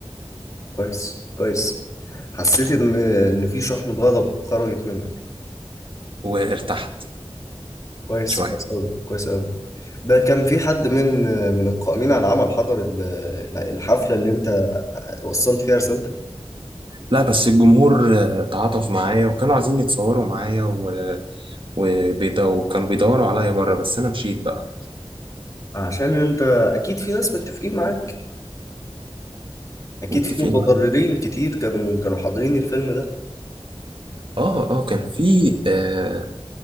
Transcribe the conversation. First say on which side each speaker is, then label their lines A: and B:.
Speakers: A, on the left; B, on the right.
A: كويس كويس حسيت إن إن في شحنة غضب خرجت منك
B: وارتحت
A: كويس
B: شوية
A: كويس أوي كويس أوي ده كان في حد من من القائمين على العمل حضر ال- الحفلة اللي أنت وصلت فيها رسالتك
B: لا بس الجمهور آه، تعاطف معايا وكانوا عايزين يتصوروا معايا و... وبيدو... وكانوا بيدوروا عليا بره بس أنا مشيت بقى
A: عشان أنت أكيد في ناس متفقين معاك أكيد
B: متفقين
A: في متضررين
B: معايا
A: كتير كانوا كانوا حاضرين الفيلم ده
B: اه اه كان في آه